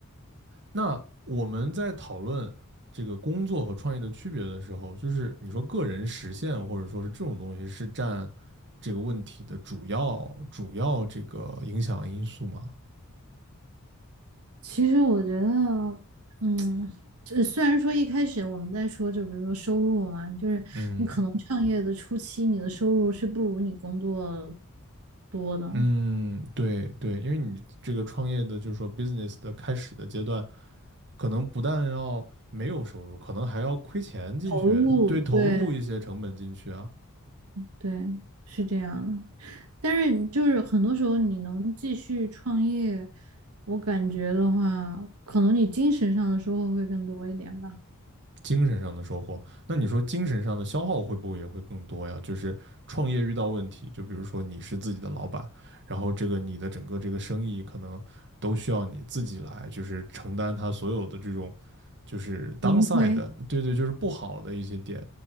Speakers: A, on the right; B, on the right.
A: 那我们在讨论这个工作和创业的区别的时候，就是你说个人实现或者说是这种东西是占这个问题的主要主要这个影响因素吗？
B: 其实我觉得，嗯，这虽然说一开始我们在说，就比如说收入嘛，就是你可能创业的初期，
A: 嗯
B: 你的收入是不如你工作多的，
A: 嗯，对对，因为你这个创业的就是说 business 的开始的阶段，可能不但要没有收入，可能还要亏钱进去，
B: 投入，
A: 对，投入一些成本进去啊。
B: 对对，是这样的。但是就是很多时候你能继续创业，我感觉的话，可能你精神上的收获会更多一点吧，
A: 精神上的收获。那你说精神上的消耗会不会也会更多呀？就是创业遇到问题，就比如说你是自己的老板，然后这个你的整个这个生意可能都需要你自己来，就是承担它所有的这种就是 downside
B: 盈亏。
A: 的，对对，就是不好的一些点，